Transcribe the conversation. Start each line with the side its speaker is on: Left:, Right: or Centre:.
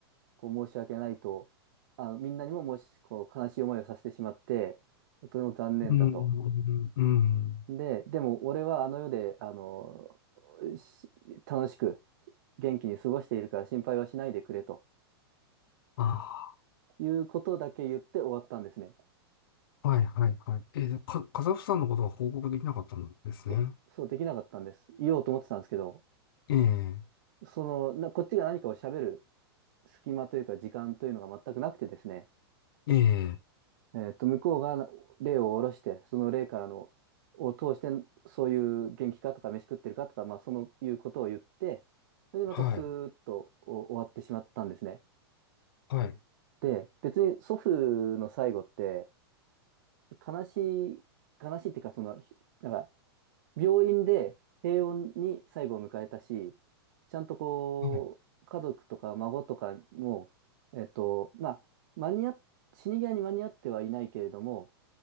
Right: こう、申し訳ないと、あの、みんなにも、もし、こう、悲しい思いをさせてしまって、とても残念だと。
Left: うーん、うーん、
Right: で、でも、俺はあの世で、あの、し楽しく、元気に過ごしているから心配はしないでくれと
Left: あ
Right: いうことだけ言って終わったんですね。
Left: あ、はい、はい、はい。ええ、でか、カザフさんのことは報告できなかったんですね。
Right: そ、そうできなかったんです。言おうと思ってたんですけど、
Left: ええ、
Right: その、な、こっちが何かを喋る隙間というか時間というのが全くなくてですね、
Left: ええ、
Right: えっと、向こうが例を下ろして、その例からの、を通して、そういう元気かとか飯食ってるかとか、まあ、そのいうことを言って、それでまたスーッとお終わってしまったんですね。
Left: はい、はい、
Right: で、別に祖父の最後って、悲しい、悲しいっていうか、その、ひなんか、病院で平穏に最後を迎えたし、ちゃんとこう、
Left: はい、
Right: 家族とか孫とかも、えっと、まあ、間に合っ、死に際に間に合ってはいないけれども、